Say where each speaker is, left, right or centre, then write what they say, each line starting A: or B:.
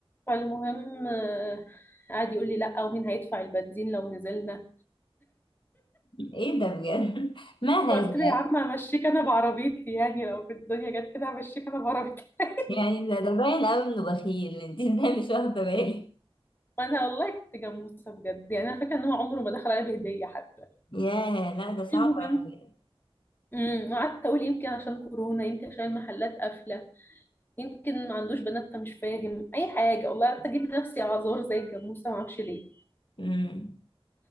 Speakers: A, on the left (about 20°); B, on the left (about 55°).
A: فالمهم آه، قعد يقول لي لا ومين هيدفع البنزين لو نزلنا
B: ايه ده بجد ما
A: قلت
B: هذا
A: له يا عم همشيك انا بعربيتي يعني لو في الدنيا جت كده همشيك انا بعربيتي <laughs>
B: يعني ده ده باين قوي انه بخيل انت <laughs> ازاي مش واخده بالي
A: وانا والله كنت جاموسه بجد يعني انا فاكره ان هو عمره ما دخل عليا بهديه حتى
B: ياه لا ده صعب
A: المهم
B: قوي
A: امم قعدت اقول يمكن عشان كورونا يمكن عشان المحلات قافله يمكن ما عندوش بنات فمش فاهم اي حاجه والله قعدت اجيب نفسي اعذار زي الجاموسه ما اعرفش ليه
B: أمم.